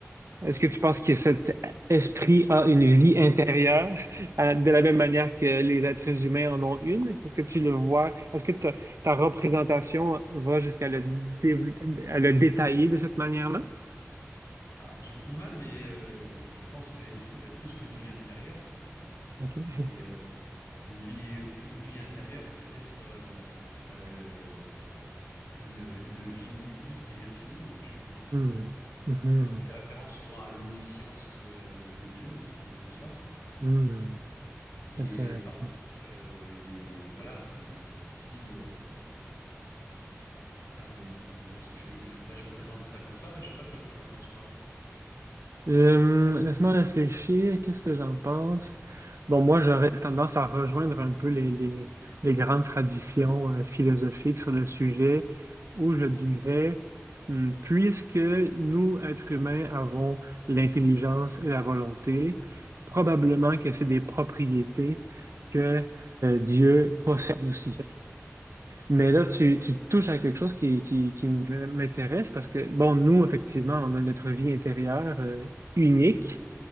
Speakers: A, on the right; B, on the left.
A: est-ce que tu penses que cet esprit a une vie intérieure euh, de la même manière que les êtres humains en ont une? Est-ce que tu le vois? Est-ce que ta, ta représentation va jusqu'à le, dév- à le détailler de cette manière-là?
B: Ah, j'ai beaucoup de mal, mais euh, je pense qu'il a, <laughs> il a plus qu'une vie intérieure. <laughs>
A: OK.
B: C'est euh, une vie, une vie intérieure et peut-être... euh, euh, une, une vie multiple et infinie. Je-
A: Hmm. Mhm.
B: on fait référence souvent à l'omniscience de, de Dieu, c'est un peu ça, quoi.
A: Hmm.
B: Il est
A: Intéressant.
B: partout, euh, il est, voilà, c'est si, si, euh, enfin, bon, c'est- je, je, enfin, je représente ça comme ça. Je sais pas, toi, tu en penses quoi?
A: Euh, laisse-moi réfléchir, qu'est-ce que j'en pense? Bon, moi, j'aurais tendance à rejoindre un peu les, les- les grandes traditions euh, philosophiques sur le sujet, où je dirais, hum, puisque nous, êtres humains, avons l'intelligence et la volonté, probablement que c'est des propriétés que euh, Dieu possède aussi. Mais là, tu, tu touches à quelque chose qui, qui, qui m- m'intéresse parce que, bon, nous, effectivement, on a notre vie intérieure euh, unique.